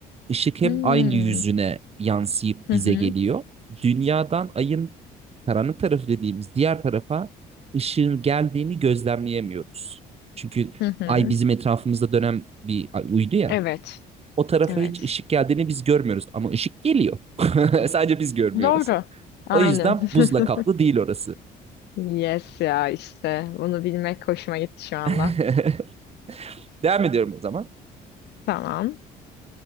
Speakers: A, on the right; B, on the left.
A: Işık
B: Hmm.
A: hep aynı yüzüne yansıyıp
B: Hı
A: bize
B: hı.
A: geliyor. Dünyadan ayın karanlık tarafı dediğimiz diğer tarafa ışığın geldiğini gözlemleyemiyoruz. Çünkü
B: Hı hı.
A: ay bizim etrafımızda dönen bir uydu ya.
B: Evet.
A: O tarafa
B: Evet.
A: hiç ışık geldiğini biz görmüyoruz ama ışık geliyor. <laughs> Sadece biz görmüyoruz.
B: Doğru. Aynen.
A: O yüzden
B: <laughs>
A: buzla kaplı değil orası.
B: Yes ya işte. Bunu bilmek hoşuma gitti şu anda.
A: <laughs> Devam ediyorum o zaman.
B: Tamam.